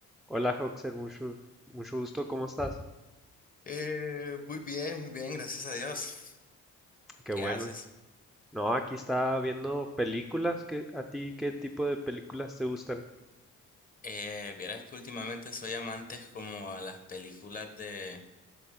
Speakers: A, in the centre; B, on the left (about 30°).
A: Hola, Hoxer, mucho, mucho gusto, ¿cómo estás?
B: Eh, muy bien, muy bien, gracias a Dios.
A: Qué
B: ¿Qué
A: bueno.
B: haces?
A: No, aquí estaba viendo películas. ¿Qué, a ti qué tipo de películas te gustan?
B: Eh, vieras que últimamente soy amante como a las películas de,